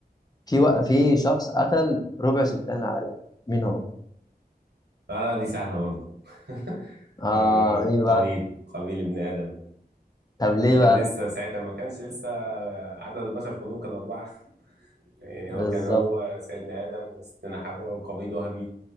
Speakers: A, on the left; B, on the right.
A: في وق... في شخص قتل ربع سكان العالم مين هو؟
B: لا لا دي سهلة برضه <laughs>
A: اه
B: آه،
A: مين
B: قابيل
A: بقى؟
B: قابيل ابن آدم
A: طب ليه
B: ما كان
A: بقى؟
B: لسه ساعتها ما كانش لسه آه، عدد البشر كلهم كان أربعة <laughs> يعني
A: بالظبط
B: هو كان هو سيدنا آدم وستنا حواء وقابيل وهابيل